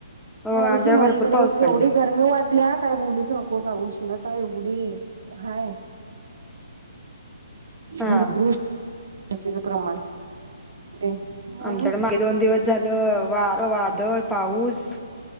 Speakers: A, in the centre; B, on the right.
A: हो
B: भारी
A: आमच्याकडे
B: की मग
A: भरपूर
B: इकडं
A: पाऊस
B: केवढी
A: पडला
B: गरमी वाटलीया काय बोलूच नको. कोसा उष्णता एवढी हाय
A: हा
B: भर पुरू <unintelligible> प्रमाण ते अ
A: आमच्याकडं मागे दोन दिवस झालं वार, वादळ, पाऊस